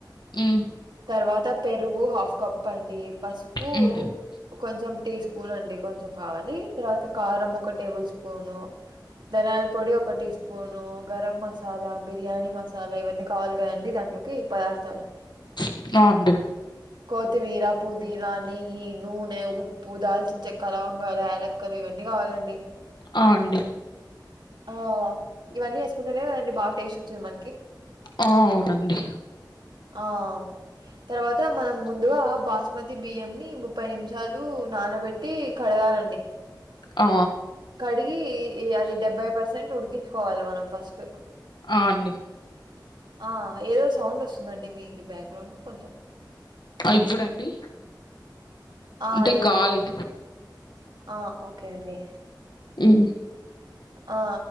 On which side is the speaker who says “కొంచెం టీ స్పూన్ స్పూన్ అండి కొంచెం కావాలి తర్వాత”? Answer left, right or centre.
Right